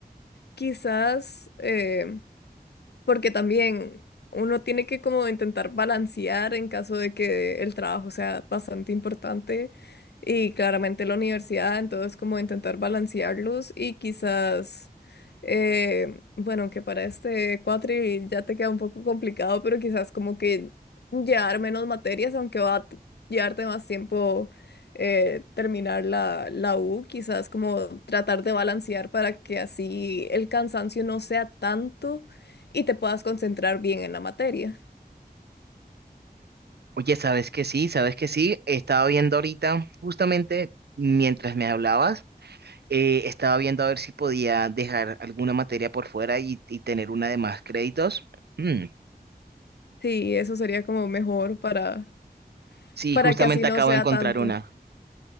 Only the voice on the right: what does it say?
Oye, ¿sabes que sí? ¿Sabes que sí? Estaba viendo ahorita, justamente mientras me hablabas, eh, estaba viendo a ver si podía dejar alguna materia por fuera y, y tener una de más créditos. Mm.
Sí,
justamente
acabo
de encontrar
una.